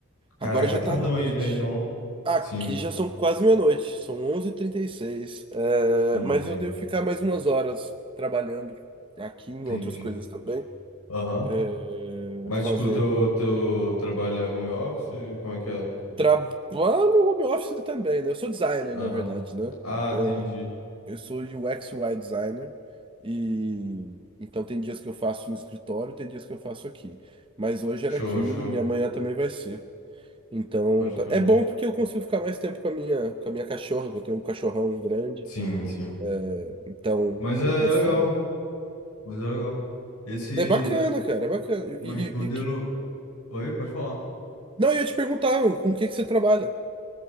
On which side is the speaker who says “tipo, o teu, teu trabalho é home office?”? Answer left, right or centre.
Left